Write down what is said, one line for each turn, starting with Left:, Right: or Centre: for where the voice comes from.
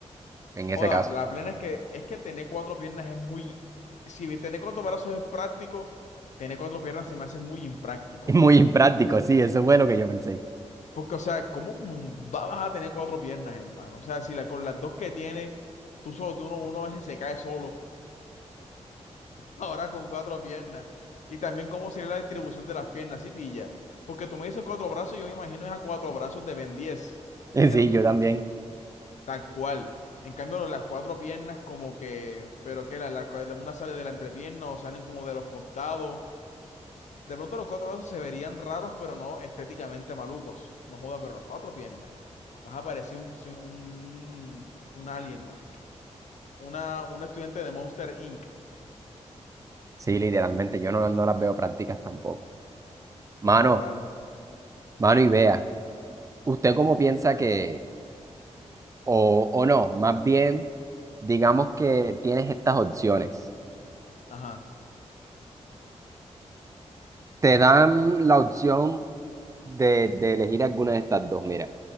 Right: en ese
Left: Oda,
Right: caso?
Left: la plena
Right: <laughs>
Left: es que es que tener cuatro piernas es muy, si bien tener cuatro brazos es práctico, tener cuatro piernas se me hace muy impráctico.
Right: Es muy impráctico, sí, eso fue lo que yo pensé.
Left: Porque, o sea, ¿cómo mu- va- vas a tener cuatro piernas, hermano? O sea, si la, con las dos que tienes, tú solo, tú uno, uno a veces se cae solo. ahora con cuatro piernas. Y también cómo sería la distribución de las piernas, ¿sí pilla? Porque tú me dices cuatro brazos, yo me imagino es a cuatro brazos de Ben 10,
Right: <laughs>
Left: ¿cierto?
Right: Sí, yo también.
Left: Tal cual. En cambio, las cuatro piernas como que, pero que la, la- una sale de la entrepierna o salen como de los costados. De pronto los cuatro brazos se verían raros, pero no estéticamente malucos. No joda, pero las cuatro piernas. Vas a parecer un, su- un, un alien, marica. Una, un estudiante de Monster Inc.
Right: Sí, literalmente, yo no, no las veo prácticas tampoco. Mano,
Left: Total.
Right: mano y vea, ¿usted cómo piensa que, o, o no, más bien, digamos que tienes estas opciones?
Left: Ajá.
Right: Te dan la opción de, de elegir alguna de estas dos. Mira,